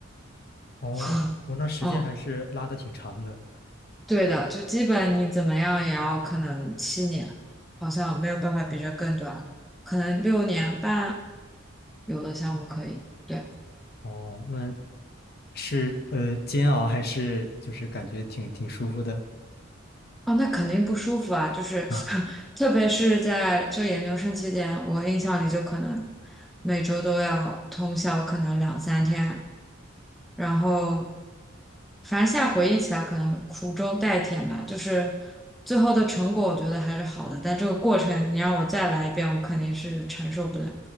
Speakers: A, on the left; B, in the centre.
A: 哦，
B: <laughs>
A: 我那时间还是拉的挺长的。
B: 嗯。对的，就基本你怎么样也要可能七年，好像没有办法比这更短了，可能六年半有的项目可以。对，
A: 哦，那是呃煎熬还是就是感觉挺挺舒服的
B: 哦，那肯定不舒服啊，就是
A: 啊
B: <laughs> 特别是在就研究生期间，我印象里就可能每周都要通宵，可能两三天，然后反正现在回忆起来，可能苦中带甜吧，就是最后的成果，我觉得还是好的。但这个过程，你让我再来一遍，我肯定是承受不了。